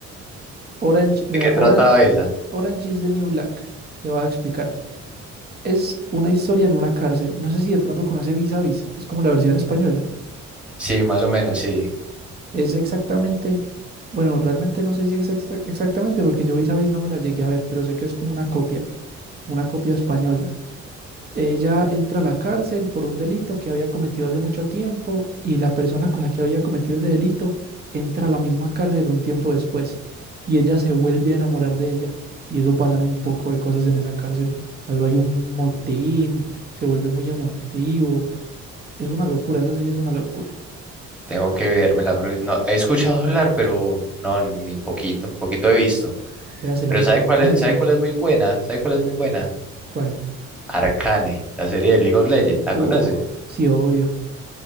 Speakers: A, on the right; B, in the centre.
A: Orange, vea,
B: ¿De qué trataba
A: Orange,
B: esa?
A: Orange is the New Black, le voy a explicar. Es una historia en una cárcel. No sé si de pronto conoce Vis a Vis, que es como la versión española.
B: Sí, más o menos, sí.
A: Es exactamente, bueno, realmente no sé si es exacta- exactamente, porque yo Vis a Vis no me la llegué a ver, pero sé que es como una copia. una copia española. Ella entra a la cárcel por un delito que había cometido hace mucho tiempo y la persona con la que había cometido ese delito entra a la misma cárcel un tiempo después y ella se vuelve a enamorar de ella y eso pasan un poco de cosas en esa cárcel. Algo hay un motín, se vuelve muy emotivo. Es una locura, esa serie es una locura.
B: Tengo que verme la próxima. No, he escuchado hablar, pero no, ni poquito, poquito he visto.
A: Véasela,
B: Pero
A: es
B: ¿sabe
A: muy
B: cuál es, sabe
A: buena.
B: cuál es muy buena? ¿Sabe cuál es muy buena?
A: ¿Cuál?
B: Arcane, la serie de League of Legends, ¿la
A: Uf,
B: conoce?
A: sí, obvio.